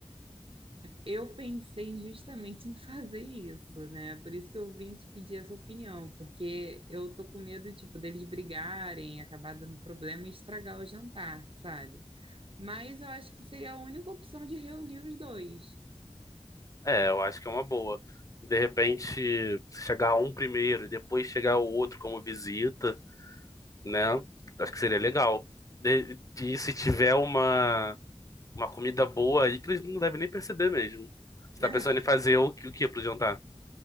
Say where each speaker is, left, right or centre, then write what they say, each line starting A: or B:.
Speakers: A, on the right; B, on the left.
A: Eu pensei justamente em fazer isso, né? Por isso que eu vim te pedir essa opinião, porque eu tô com medo, tipo, deles brigarem, acabar dando problema e estragar o jantar, sabe? Mas eu acho que seria a única opção de reunir os dois.
B: É, eu acho que é uma boa. De repente, chegar um primeiro e depois chegar o outro como visita, né? Acho que seria legal. De- E se tiver uma, uma comida boa aí, que eles não devem nem perceber mesmo. Você
A: <laughs>
B: tá pensando em fazer o, que- o que pro jantar?